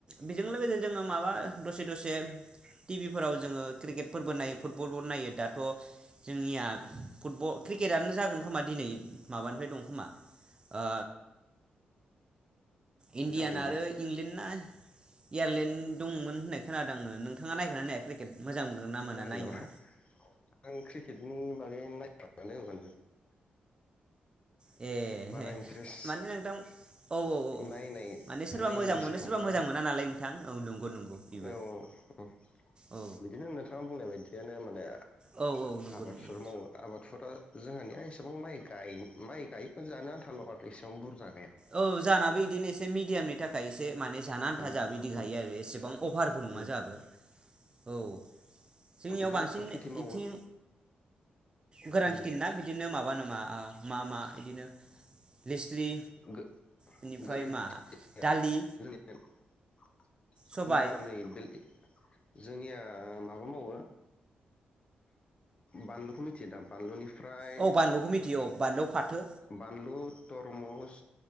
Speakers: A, on the right; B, on the left.
A: बेजों लोगोसे जोङो माबा दसे दसे टिभिफोराव जोङो क्रिकेटफोरबो नायो फुटबलबो नायो दाथ' जोंनिया फुटबल क्रिकेटआनो जागोन खोमा दिनै माबानिफ्राय दं खोमा ओ इन्दियान
B: जागोन नामा
A: आरो इंलेन्द ना एयारलेण्ड दंमोन होननाय खोनादों आङो नोंथाङा नायगोननानाया क्रिकेट मोजां मोनगोन ना मोना
B: जागोन
A: नायनो?
B: नामा आं क्रिकेटनि बागै नायानो मान
A: ए
B: बारा इन्टारेस्ट
A: माने नोंथां औ औ
B: नायनाय
A: माने सोरबा
B: नायनो
A: मोजां
B: गोसोखांफ्लाङा
A: मोनो सोरबा मोजां मोना नालाय नोंथां औ नंगौ नंगौ बेबो
B: औ औ
A: औ
B: बिदिनो नोंथाङा बुंनाय बायदियानो माने
A: औ औ नंगौ
B: आबादफोर
A: नंगौ
B: मावो आबादफोरा जोंहानिया एसेबां माइ गाय माइ गाय जानो आ थालग आरो बेसेबां बुरजानो
A: औ जानाबो इदिनो एसे मिडियामनि थाखाय एसे माने जाना आन्था
B: उम
A: जों बिदि गायो
B: उम
A: आरो एसेबां अफारखौ नङा
B: उम
A: जोंहाबो। औ जोंनियाव
B: गोरान
A: बांसिन
B: खेथि मावो
A: इथिं गोरां
B: उम
A: खिथि ना बिदिनो माबा नाम। मा मा मा इदिनो लेषरि
B: गोरानथि
A: बेनिफ्राय दालि सबाय
B: नङा नै बेलि जोंनिया माबा मावो बानलुखौ मिथियो दा बानलुनि फ्राय
A: औ बानलुखौ मिथियो औ बानलु फाथो
B: बानलुद तरमुस